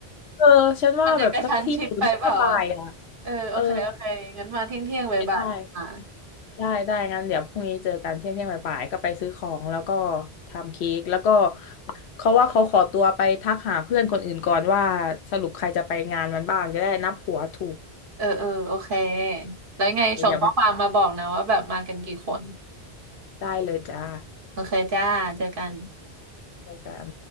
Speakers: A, on the left; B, on the right.
A: เออฉันว่าแบบสักที่หรือไม่ก็บ่ายอ่ะ
B: <laughs> มันจะกระชั้นชิดไปเปล่าอ่ะเออโอเคโอเคงั้นมาเที่ยงเที่ยงบ่ายบ่ายมา
A: เออไม่ได้ได้ได้งั้นเดี๋ยวพรุ่งนี้เจอกันเที่ยงเที่ยงบ่ายๆก็ไปซื้อของแล้วก็ทำเค้กแล้วก็เขาว่าเขาขอตัวไปทักหาเพื่อนคนอื่นก่อนว่าสรุปใครจะไปงานมันบ้างจะได้นับหัวถูก
B: เออเออโอเคแล้วไงส่งข้อความมาบอกนะว่าแบบมากันกี่คน
A: เดี๋ยวมาได้เลยจ้า
B: โอเคจ้าเจอกัน
A: เจอกัน